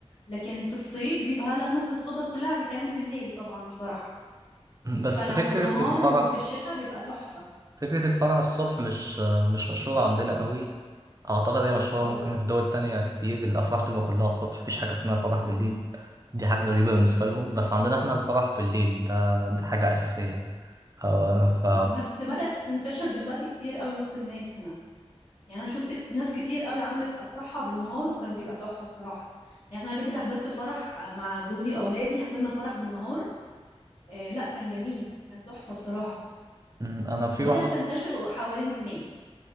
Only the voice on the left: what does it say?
لكن في الصيف بيبقى هلا الناس بتفضل كلها بيتعمل بالليل طبعا الفرح
فلو
النهار
وفي الشتاء بيبقى تحفة
اه
م- بس بدأت تنتشر دلوقتي كتير قوي وسط الناس هنا يعني انا شفت كت- ناس كتير قوي عملت افراحها بالنهار وكان بيبقى تحفة بصراحة يعني احنا قبل كده حضرت فرح مع جوزي واولادي حضرنا فرح بالنهار آه لا كان جميل كان تحفة بصراحة
فبدأت
تنتشر حوالين الناس